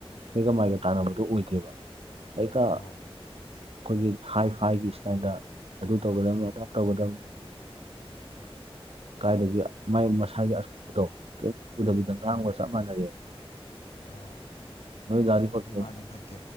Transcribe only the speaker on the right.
ꯁꯤꯒꯥ ꯃꯥꯏꯒ ꯇꯥꯟꯅꯕꯗꯣ ꯑꯣꯏꯗꯦꯕ ꯍꯦꯛꯇꯥ
ꯑꯩꯈꯣꯏꯒꯤ ꯍꯥꯏ ꯐꯥꯏꯒꯤ ꯏꯁꯇꯥꯏꯜꯗ ꯑꯗꯨ ꯇꯧꯒꯗꯕꯅꯦ ꯑꯗꯥ ꯇꯧꯒꯗꯕꯅꯦ ꯀꯥꯏꯗꯒꯤ ꯃꯥꯏ ꯃꯁꯥꯒꯤ ꯑꯁꯣꯏꯕꯗꯣ ꯀꯥꯌꯦꯝ ꯎꯗꯕꯤꯗ
ꯉꯥꯡꯕ ꯆꯞ ꯃꯥꯅꯔꯦ
ꯗꯥ ꯗꯤꯄꯛꯁꯨ